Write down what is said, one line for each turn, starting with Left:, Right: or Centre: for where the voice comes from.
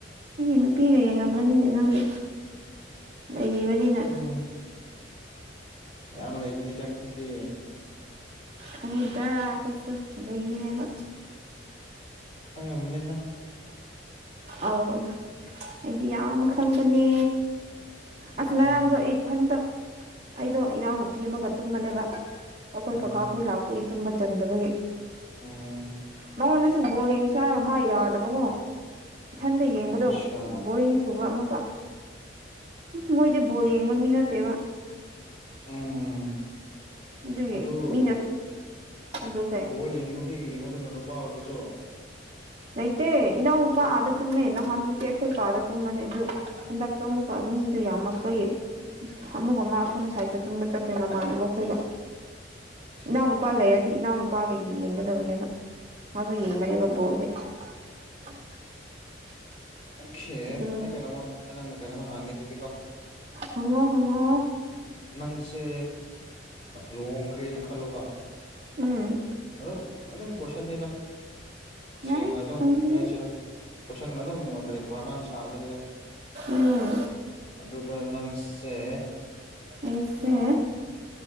Right: ꯅꯪꯒꯤ ꯅꯨꯄꯤꯒ ꯌꯦꯡꯉꯝꯒꯅꯤꯅꯦ ꯅꯪꯗꯤ ꯅꯩꯕꯅꯤꯅ
Left: ꯎꯝ ꯌꯥꯝ ꯂꯩꯕꯅꯤꯗ ꯑꯩꯈꯣꯏꯗꯤ
Right: ꯈꯪꯢꯗ ꯑꯩꯈꯣꯢꯁꯨ ꯂꯩꯌꯦ ꯍꯥꯏꯕ
Left: ꯈꯪꯉꯝ ꯃꯅꯤ ꯅ
Right: ꯑꯧ ꯑꯩꯗꯤ ꯌꯥꯝ ꯈꯪꯕꯅꯦ
Left: ꯎꯝ
Right: ꯑꯁ ꯉꯔꯥꯡꯗꯣ ꯑꯩ ꯏꯊꯟꯇ ꯑꯩꯗꯣ ꯏꯅꯥꯎꯅꯨꯄꯤ ꯑꯃꯒ ꯇꯨꯝꯕꯅꯦꯕ ꯑꯩꯈꯣꯏ
Left: ꯎꯝ
Right: ꯀꯀꯥ ꯈꯣꯏ ꯂꯥꯛꯄꯒꯤ ꯇꯨꯝꯕ ꯆꯟꯗꯕꯒꯤ
Left: ꯎꯝ
Right: ꯃꯉꯣꯟꯗꯁꯨ ꯕꯣꯜ ꯌꯦꯡꯁꯦ ꯍꯥꯔꯒ ꯃꯥ ꯌꯥꯗꯕꯀꯣ ꯏꯊꯟꯗ ꯌꯦꯡꯕꯗꯣ
Left: ꯑꯠꯁꯥ
Right: ꯕꯣꯔꯤꯡ ꯆꯨꯕ ꯑꯃꯨꯛꯀ ꯃꯣꯏꯗꯤ ꯕꯣꯜ ꯌꯦꯡꯕ ꯃꯤ ꯅꯠꯇꯦꯕ
Left: ꯎꯝ
Right: ꯑꯗꯨꯒꯤ
Left: ꯑꯗꯨ
Right: ꯃꯤꯅ ꯑꯗꯨ ꯀꯩ
Left: ꯕꯣꯜ ꯌꯦꯡꯕ ꯃꯤꯒ ꯌꯦꯡꯉꯣꯗꯅ ꯅꯨꯄꯥ ꯑꯣꯏꯔꯁꯨ <inaudible>
Right: ꯂꯩꯇꯦ ꯏꯅꯥꯎꯅꯨꯄꯥ ꯑꯥꯗ ꯇꯨꯝꯃꯦ ꯅꯍꯥꯟꯃꯨꯛꯇꯤ ꯑꯩꯈꯣꯏ ꯀꯥꯗ ꯇꯨꯝꯕꯅꯦ ꯑꯗꯨ ꯍꯟꯗꯛꯇꯣ ꯑꯃꯨꯛꯀ ꯃꯤ ꯗꯣ ꯌꯥꯝꯃꯛꯄꯒꯤ ꯑꯃꯨꯛꯀ ꯃꯥ ꯑꯁꯣꯝ ꯁꯥꯏꯗꯠꯇ ꯇꯨꯝꯕ ꯆꯠꯈ꯭ꯔꯦ ꯃꯃꯥꯟꯅꯕ ꯈꯣꯏꯒ
Left: ꯑꯆꯥ
Right: ꯏꯅꯥꯎꯅꯨꯄꯥ ꯂꯩꯔꯗꯤ ꯏꯅꯥꯎꯅꯨꯄꯥꯒ ꯌꯦꯡꯒꯗꯕꯅꯦꯕ ꯃꯥꯁꯨ ꯌꯦꯡꯕꯅꯦꯕ
Left: ꯎꯝ
Right: <inaudible>
Left: ꯑꯣꯀꯦ
Right: ꯑꯗꯨ
Left: ꯑꯩ ꯀꯩꯅꯣꯃ ꯑꯩ ꯅꯪꯕꯨ ꯀꯩꯅꯣꯝꯃ ꯍꯥꯡꯒꯦ ꯑꯗꯨꯗꯤ ꯀꯣ
Right: ꯍꯪꯉꯣ ꯍꯪꯉꯣ
Left: ꯅꯪꯁꯦ ꯂꯨꯍꯣꯡꯈ꯭ꯔꯦꯅ ꯈꯜꯂꯣꯀꯣ
Right: ꯎꯝ
Left: ꯑꯗꯨꯝ ꯑꯗꯨꯝ ꯀꯣꯏꯁꯟꯅꯤꯗ ꯁꯦꯡꯅ
Right: ꯌꯥꯏ
Left: ꯑꯗꯨꯝ
Right: ꯍꯪꯕꯤꯌꯨ
Left: ꯀꯔꯤ ꯍꯥꯏꯁꯤꯔꯥ ꯀꯣꯏꯁꯟ ꯑꯗꯨꯝ ꯀꯔꯤ ꯄ꯭ꯔꯃꯥꯟ ꯁꯥꯕꯗꯅꯤꯗ
Right: ꯎꯝ
Left: ꯑꯗꯨꯗ ꯅꯪ ꯁꯦ
Right: ꯑꯩꯁꯦ
Left: ꯑꯥ